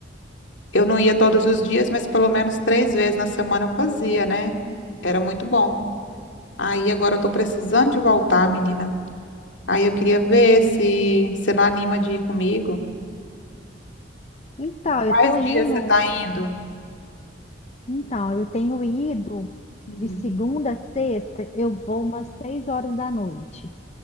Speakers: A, on the left; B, on the left.
A: Eu não ia todos os dias, mas pelo menos três vezes na semana eu fazia, né? Era muito bom. Aí agora eu tô precisando de voltar, menina. Aí eu queria ver se você não anima de ir comigo.
B: então,
A: Quais
B: eu tô indo,
A: dias você tá indo?
B: então, eu tenho ido
A: Hum.
B: de segunda a sexta, eu vou umas seis horas da noite.